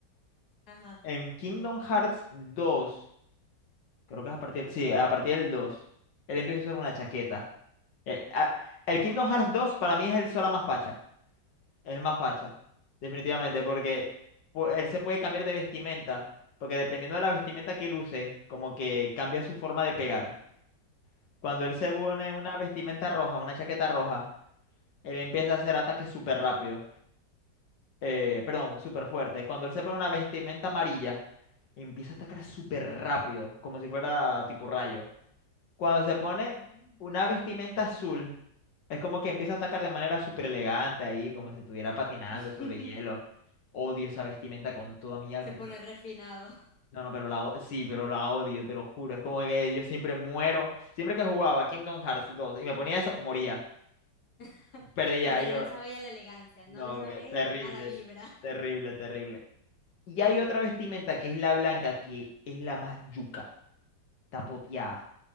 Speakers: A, on the left; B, on the left.
A: Ajá.
B: En Kingdom Hearts 2. Creo que es a partir, sí, a partir del dos Él empieza a usar una chaqueta. Eh, ah, el Kingdom Hearts dos para mí es el Sora más facha. Es el más facha. Definitivamente, porque pu- él se puede cambiar de vestimenta. Porque dependiendo de la vestimenta que él use, como que cambia su forma de pegar. Cuando él se pone una vestimenta roja, una chaqueta roja, él empieza a hacer ataques súper rápidos. Eh, perdón, súper fuertes. Cuando él se pone una vestimenta amarilla, empieza a atacar súper rápido, como si fuera tipo rayo. Cuando se pone
A: Mm.
B: una vestimenta azul, es como que empieza a atacar de manera súper elegante ahí, como si estuviera patinando
A: <laughs>
B: sobre hielo. Odio esa vestimenta con toda mi alma.
A: Se
B: y
A: pone
B: con-
A: refinado.
B: No, no, pero la, o- sí, pero la odio, te lo juro. Es como que yo siempre muero. Siempre que jugaba Kingdom Hearts 2 y me ponía eso, moría.
A: <laughs>
B: Perdía.
A: Porque
B: Y
A: no
B: yo,
A: le sabe a la elegancia,
B: no,
A: no le sabe
B: que terrible,
A: a la vibra,
B: terrible, terrible. Y hay otra vestimenta que es la blanca, que es la más yuca. Está poteada,